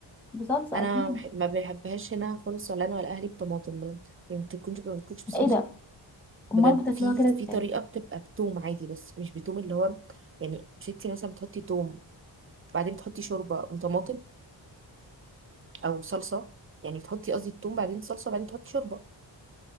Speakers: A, in the centre; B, on the right.
A: بصلصة
B: أنا
A: اكيد
B: بح- ما بحبهاش هنا خالص ولا أنا ولا أهلي بطماطم بجد. يعني ما بتكونش ما بتكونش بصلصة
A: ايه ده
B: بجد
A: امال بتاكلوها
B: في
A: كده
B: في طريقه
A: ازاي
B: بتبقى بتوم عادي بس مش بتوم اللي هو يعني ستي مثلا بتحطي توم بعدين بتحطي شوربه وطماطم او صلصه يعني بتحطي قصدي التوم بعدين صلصه بعدين تحطي شوربه